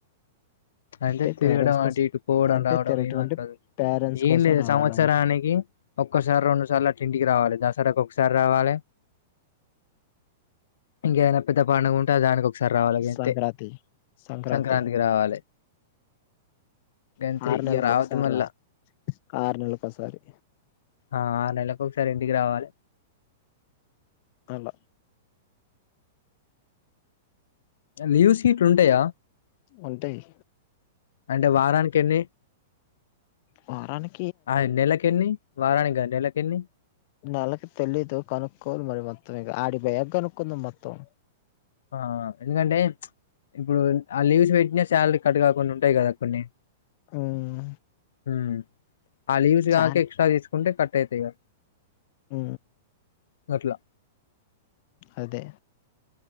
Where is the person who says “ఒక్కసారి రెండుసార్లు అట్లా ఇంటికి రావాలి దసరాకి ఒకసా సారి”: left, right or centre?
Left